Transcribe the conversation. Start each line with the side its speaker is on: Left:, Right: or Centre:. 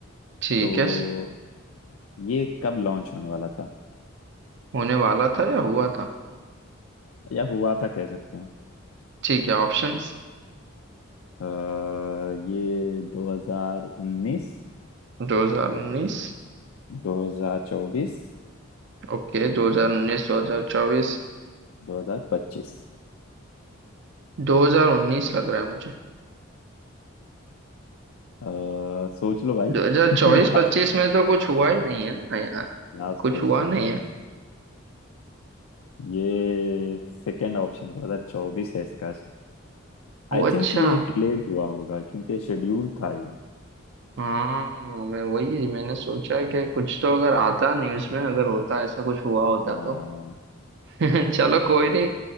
Right: ठीक
Left: तो
Right: है
Left: ये कब लॉन्च होने वाला था
Right: होने वाला था या हुआ था
Left: या हुआ था कह सकते हैं
Right: ठीक है ऑप्शंस
Left: अ, ये 2019
Right: 2019
Left: 2024
Right: ओके 2019 2024
Left: 2025
Right: 2019 लग रहा है मुझे
Left: अ, सोच लो भाई
Right: 2024
Left: <laughs> Last
Right: 25 में तो कुछ हुआ ही नहीं है ना यहाँ
Left: last
Right: कुछ
Left: question
Right: हुआ नहीं है
Left: ये सेकंड ऑप्शन 2024 है इसका
Right: वो
Left: आई
Right: अच्छा
Left: थिंक ये डिलेड हुआ होगा क्योंकि शेड्यूल था ये
Right: हाँ मैं वही मैंने सोचा कि कुछ तो अगर आता न्यूज़ में अगर होता ऐसा कुछ हुआ होता
Left: अ,
Right: तो <laughs> चलो कोई नहीं